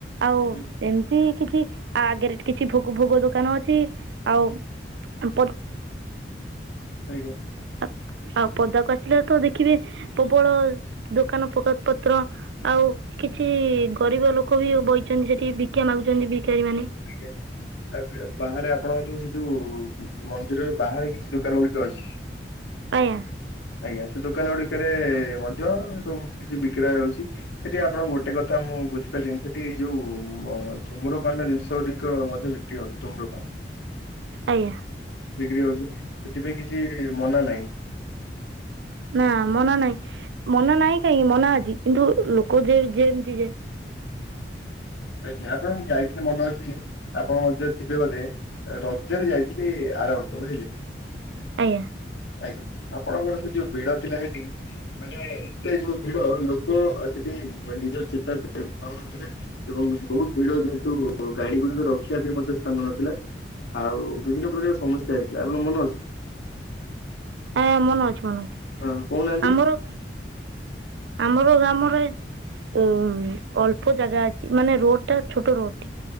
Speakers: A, on the right; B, on the left.
A: ଆଉ
B: ହୁଁ
A: ଏମିତି କିଛି ଆ ଆଗରେ କିଛି ଭୋଗ ଭୋଗ ଦୋକାନ ଅଛି ଆଉ ପଟ
B: ଆଜ୍ଞା।
A: ଆ ଆଉ ପଦାକୁ ଆସିଲେ ତ ଦେଖିବେ ପ୍ରବଳ ଦୋକାନ ପତ୍ର। ଆଉ କିଛି ଗରିବ ଲୋକ ବି ବଇଛନ୍ତି ସେଠି ଭିକ୍ଷା ମାଗୁଛନ୍ତି ଭିକାରୀ ମାନେ।
B: ଇଠେ। ଆ ବେ ବାହାରେ ଆପଣଙ୍କ ଯୋଉ ସେ ଯୋଉ ମନ୍ଦିରରେ ବାହାରେ କିଛି ଦୋକାନ ଗୁଡିକ ଅଛି।
A: ଆୟା।
B: ଆଜ୍ଞା ସେ ଦୋକାନ ଗୁଡିକରେ ମଧ୍ୟ ସବୁ କିଛି ବିକ୍ରୟ ହଉଛି। ସେଠି ଆପଣଙ୍କ ଗୋଟେ କଥା ମୁଁ ବୁଝିପାଲିନି ସେଠି ଏଇ ଯୋଉ ଉ ଧୁମ୍ରପାନ ଜିନିଷ ଦିକ ମଧ୍ୟ ବିକ୍ରି ହଉଛି ଧୁମ୍ରପାନ।
A: ଆଜ୍ଞା।
B: ବିକ୍ରି ହଉଛି ସେଥିପାଇଁ କିଛି ମନା ନାଇ।
A: ନା ମନା ନାହିଁ ମନା ନାହିଁ କାହିଁକି ମନା ଅଛି କିନ୍ତୁ ଲୋକ ଯେ ଯେମତି ଯେ
B: ଆଜ୍ଞା ଆପଣଁ ଯାଇଥିଲଥିଲେ ମନ ଅଛି ଆପଣ ଥିବେ ବୋଧେ ରଜରେ ଯାଇଥିଲି ଆର ବର୍ଷ ବୁଝିଲେ
A: ଆଜ୍ଞା
B: ଆଜ୍ଞା ଆପଣଙ୍କର ସେ ଯୋଉ ଭିଡ ଥିଲା ସେଠି ମାନେ ଏତେ ଯୋଉ ଭିଡ ଲୋକ ସେଠି ନିଜର ଚେତା ପାଉନଥିଲେ ଏବଂ ବହୁତ ଭିଡ ଯେହେତୁ ଗାଡି ଗୁଡିକ ରଖିବା ବି ମଧ୍ୟ ସ୍ଥାନ ନଥିଲା ଆଉ ବିଭିନ୍ନ ପ୍ରକାର ସମସ୍ୟା ହେଇଥିଲା ଆପଣ ମନୋଜ
A: ଆଜ୍ଞା ମନେ ଅଛି ମନେ ଅଛି
B: ହଁ କହୁନାହାନ୍ତି
A: ଆମର ଆମର ଗ୍ରାମରେ ଉ ଅଳ୍ପ ଜାଗା ଅଛି ମାନେ ରୋଡ ଟା ଛୋଟ ରୋଡଟି